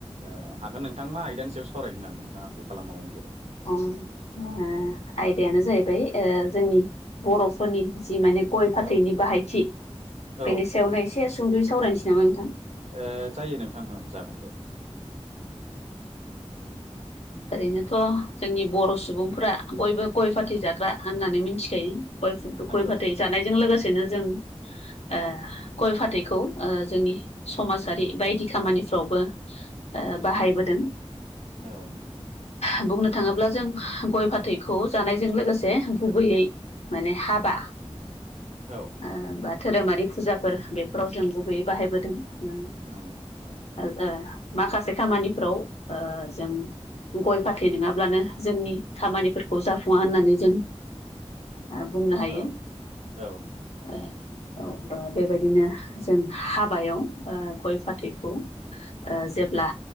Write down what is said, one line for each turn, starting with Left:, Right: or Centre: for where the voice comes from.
Right: ओ हागोन नोंथां मा आयदानि सायाव सावरायनो नामा नोंथाङा कल खालामामोन बेबा
Left: अ आ आयदायानो जाहैबाय जोंनि बर'फोरनि जि माने गय - फाथैनि
Right: औ
Left: बाहायथि बेनि
Right: ओ
Left: सायावनो एसे सुंद'यै सावरायनोसै नामा नोंथां।
Right: ओ जायो नोंथां औ जागोन दे।
Left: ओरैनोथ' जोंनि बर' सुबुंफोरा बयबो गय फाथै जाग्रा होननानै मिनथिखायो। <unintelligible>
Right: नंगौ
Left: गय फाथै जानायजों लोगोसेनो जों। ओ गय फाथैखौ ओ जोंनि समाजारि बायदि खामानिफ्रावबो। ओ बाहायबोदों।
Right: औ नोंथां।
Left: ओ बुंनो थाङोब्ला जों गय जानायजों लोगोसे गुबैयै। माने हाबा।
Right: औ।
Left: ओ बा धोरोमारि फुजाफोर बेफोराव जों गुबैयै बाहायबोदों ओ
Right: नोंगौ औ
Left: ओ माखासे खामानिफ्राव ओ जों गय फाथै नोङाब्लानो जोंनि खामानिफोरखौ जाफुङा होननानै जों ओ बुंनो हायो।
Right: औ औ नोंथां
Left: ओ औ ओ बेबायदिनो जों हाबायाव ओ गय फाथैखौ ओ जेब्ला